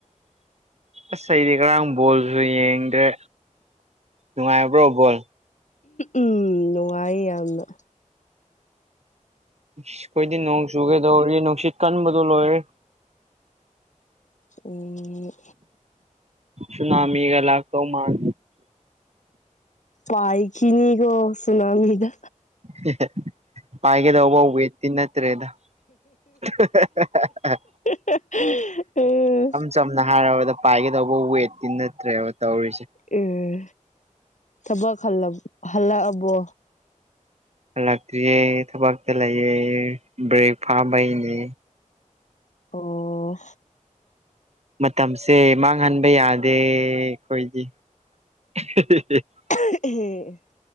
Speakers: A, on the right; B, on the left.
A: ꯑꯁ ꯑꯩꯗꯤ ꯉꯥꯔꯥꯡ ꯕꯣꯜꯁꯨ ꯌꯦꯡꯗ꯭ꯔꯦ꯫ ꯅꯨꯉꯥꯏꯕ꯭ꯔꯣ ꯕꯣꯜ꯫
B: ꯎꯝ ꯅꯨꯡꯉꯥꯏ ꯌꯥꯝꯅ꯫
A: ꯏꯁ ꯈꯣꯏꯗꯤ ꯅꯣꯡ ꯆꯨꯒꯦꯗꯧꯔꯤ ꯅꯨꯡꯁꯤꯠ ꯀꯟꯕꯗꯣ ꯂꯣꯏꯔꯦ꯫
B: ꯑꯣ꯫
A: ꯁꯨꯅꯥꯃꯤꯒ ꯂꯥꯛꯇꯧꯃꯥꯟ
B: ꯄꯥꯏꯈꯤꯅꯤꯒꯣ ꯁꯨꯅꯃꯤꯗ
A: <unintelligible> ꯄꯥꯏꯒꯗꯧꯕ ꯋꯦꯠꯇꯤ ꯅꯠꯇ꯭ꯔꯦꯗ <unintelligible>
B: <unintelligible>
A: ꯁꯝꯅ ꯍꯥꯏꯔꯕꯗ ꯄꯥꯏꯒꯗꯧꯕ ꯋꯦꯠꯇꯤ ꯅꯠꯇ꯭ꯔꯦꯕ ꯇꯧꯔꯤꯁꯤ
B: ꯎꯝ ꯊꯕꯛ ꯍꯜꯂꯛ ꯍꯜꯂꯛꯑꯕꯣ
A: ꯍꯜꯂꯛꯇ꯭ꯔꯤꯌꯦ ꯊꯕꯛꯇ ꯂꯩꯌꯦ ꯕ꯭ꯔꯦꯛ ꯐꯥꯕꯩꯅꯦ
B: ꯑꯣ
A: ꯃꯇꯝꯁꯦ ꯃꯥꯡꯍꯟꯕ ꯌꯥꯗꯦ ꯑꯈꯣꯏꯗꯤ <unintelligible>
B: <unintelligible>